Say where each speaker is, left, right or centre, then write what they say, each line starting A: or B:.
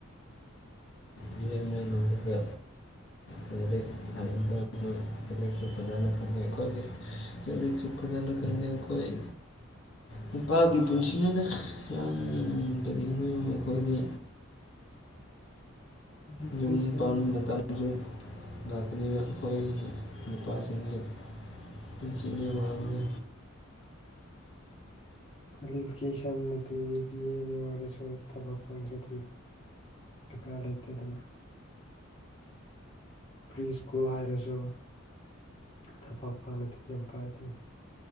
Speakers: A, on the left; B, on the left.
A: ꯕꯤ ꯑꯦ ꯑꯦꯝ ꯃꯦ ꯂꯣꯏꯔꯒ ꯗꯥꯏꯔꯦꯛ <unintelligible> ꯂꯥꯏꯔꯤꯛꯁꯨ ꯐꯖꯅ ꯇꯝꯃꯦ ꯑꯩꯈꯣꯏꯗꯤ ꯂꯥꯏꯔꯤꯛꯁꯨ ꯐꯖꯅ ꯈꯪꯗꯦ ꯑꯩꯈꯣꯏ꯫ ꯅꯨꯄꯥꯒꯤ ꯄꯨꯟꯁꯤꯅꯦꯗ ꯌꯥꯝ ꯀꯔꯤꯒꯤꯅꯣ ꯑꯩꯈꯣꯏꯒꯤ
B: ꯀ꯭ꯋꯥꯂꯤꯐꯤꯀꯦꯁꯟ
A: ꯌꯨꯝ ꯄꯥꯟꯕ ꯃꯇꯝꯁꯨ ꯂꯥꯛꯀꯅꯤꯕ ꯑꯩꯈꯣꯏꯒꯤ ꯅꯨꯄꯥꯁꯤꯡꯒꯤ꯫ ꯄꯨꯟꯁꯤꯅꯦ ꯋꯥꯕꯅꯦ꯫
B: ꯀ꯭ꯋꯥꯂꯤꯐꯤꯀꯦꯁꯟꯗꯗꯤ ꯕꯤ ꯑꯦ ꯑꯦꯝ ꯑꯦ ꯑꯣꯏꯔꯁꯨ ꯊꯕꯛ ꯐꯪꯖꯗ꯭ꯔꯗꯤ ꯗꯔꯀꯥꯔ ꯂꯩꯇꯦꯗꯅ ꯄ꯭ꯔꯤ ꯁ꯭ꯀꯨꯜ ꯍꯥꯏꯔꯁꯨ ꯊꯕꯛ ꯐꯪꯂꯗꯤ ꯌꯥꯝ ꯐꯩꯏꯗꯅ